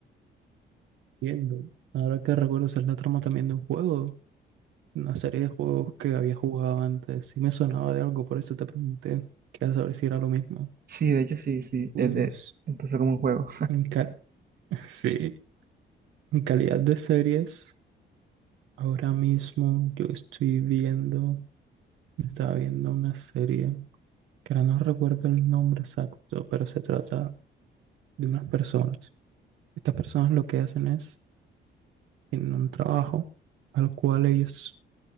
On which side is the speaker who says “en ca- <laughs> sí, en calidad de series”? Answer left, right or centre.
Right